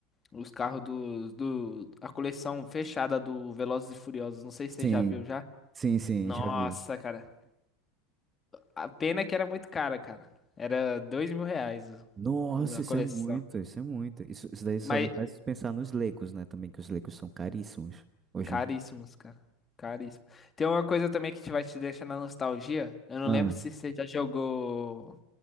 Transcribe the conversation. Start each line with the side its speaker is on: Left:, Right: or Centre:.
Left: os carros do, do, a coleção fechada do Velozes e Furiosos. Não sei se você
Right: Sim,
Left: já viu já.
Right: sim, sim,
Left: Nossa,
Right: já vi.
Left: cara. A pena que era muito cara, cara. Era dois mil reais o-
Right: Nossa,
Left: o- a
Right: isso
Left: coleção.
Right: é muito, isso é muito. Isso, isso daí só
Left: Mas
Right: me faz pensar nos Legos, né? Também que os Legos são caríssimos hoje
Left: caríssimos,
Right: em dia.
Left: cara. Caríssimo. Tem uma coisa também que te vai te deixar na nostalgia. Eu não
Right: Ah.
Left: lembro se você já jogou